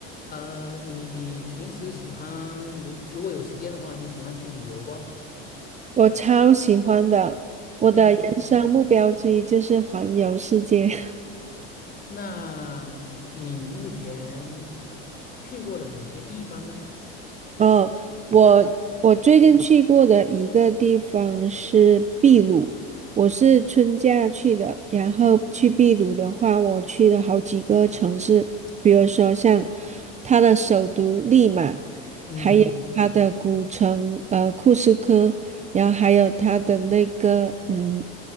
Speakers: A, on the left; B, on the right.
A: 呃，你平时喜欢，如如果有时间的话，你喜欢去旅游不？
B: 我超喜欢的，我的人生目标之一就是环游世界。
A: 嗯，
B: <laughs>
A: 那你目前去过了哪些地方呢？
B: 哦，我我最近去过的一个地方是秘鲁，我是春假去的。然后去秘鲁的话，我去了好几个城市，比如说像它的首都利马，
A: 嗯
B: 还有它的古城呃库斯科，然后还有它的那个嗯